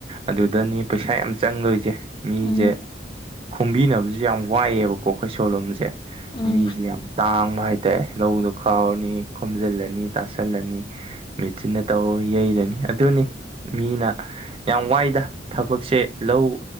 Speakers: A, on the right (about 30°); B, on the left (about 25°).
A: ꯑꯗꯨꯗꯅꯤ ꯄꯩꯁꯥ ꯌꯥꯝ ꯆꯪꯗꯣꯏꯁꯦ ꯃꯤꯁꯦ꯫
B: ꯎꯝ ꯎꯝ
A: ꯈꯣꯕꯤꯅꯕꯁꯨ ꯌꯥꯝ ꯋꯥꯏꯑꯦꯕꯀꯣ ꯑꯩꯈꯣꯏ ꯁꯣꯂꯣꯝꯁꯦ
B: ꯎꯝ
A: ꯃꯤꯁꯦ ꯌꯥꯝ ꯇꯥꯡꯕ ꯍꯥꯏ ꯇꯥꯏ ꯂꯧꯗꯣ ꯈꯥꯎꯔꯅꯤ ꯈꯣꯝꯖꯤꯜꯂꯅꯤ ꯇꯥꯁꯜꯂꯅꯤ꯫ ꯃꯦꯆꯤꯟꯅ ꯇꯧꯔ ꯌꯩꯔꯅꯤ ꯑꯗꯨꯅꯤ ꯃꯤꯅ ꯌꯥꯝ ꯋꯥꯏꯗ ꯊꯕꯛꯁꯦ ꯂꯧ